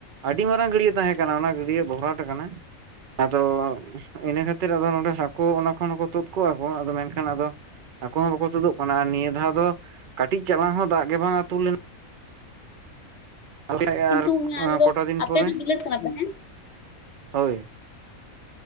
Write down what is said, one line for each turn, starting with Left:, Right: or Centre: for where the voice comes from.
Right: ᱟᱹᱰᱤ ᱢᱟᱨᱟᱝ ᱜᱟᱹᱰᱭᱟᱹ ᱛᱟᱦᱮᱸ ᱠᱟᱱᱟ ᱚᱱᱟ ᱜᱟᱹᱰᱭᱟᱹ ᱵᱷᱚᱨᱟᱴ ᱠᱟᱱᱟ᱾ ᱟᱫᱚ ᱤᱱᱟᱹ ᱠᱷᱟᱹᱛᱤᱨ ᱟᱫᱚ ᱱᱚᱰᱮ ᱦᱟᱹᱠᱳ ᱚᱱᱟ ᱠᱷᱚᱱ ᱦᱚᱠᱚ ᱛᱩᱫ ᱠᱚᱣᱟ ᱠᱚ ᱟᱫᱚ ᱢᱮᱱ ᱠᱷᱟᱱ ᱟᱫᱚ ᱟᱠᱳ ᱦᱚ ᱵᱟᱠᱚ ᱛᱳᱫᱳᱜ ᱠᱟᱱᱟ ᱱᱤᱭᱟᱹ ᱫᱷᱟᱣ ᱫᱚ ᱠᱟᱹᱴᱤᱡ ᱪᱟᱞᱟᱝ ᱦᱚᱸ ᱫᱟᱜ ᱜᱮ ᱵᱟᱝ ᱟᱹᱛᱩ ᱞᱮᱱ <unintelligible>
Left: ᱠᱤᱱᱛᱩ ᱟᱞᱮ ᱫᱚ
Right: ᱠᱚᱴᱟ ᱫᱤᱱ
Left: ᱟᱯᱮ
Right: ᱯᱚᱨᱮᱼᱼ
Left: ᱫᱚ ᱵᱤᱞᱟᱹᱛ ᱠᱟᱱᱟ ᱯᱮ ᱦᱮᱸ
Right: ᱦᱳᱭ